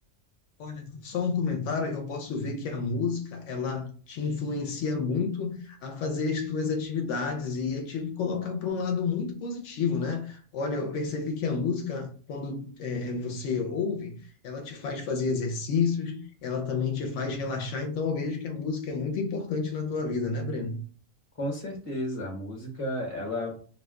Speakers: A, on the left (about 80°); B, on the left (about 30°).
A: Olha, só um comentário, eu posso ver que a música, ela te influencia muito a fazer as tuas atividades e a te colocar para um lado muito positivo, né? Olha, eu percebi que a música, quando eh, você ouve, ela te faz fazer exercícios, ela também te faz relaxar, então eu vejo que a música é muito importante na tua vida, né, Breno?
B: Com certeza, a música, ela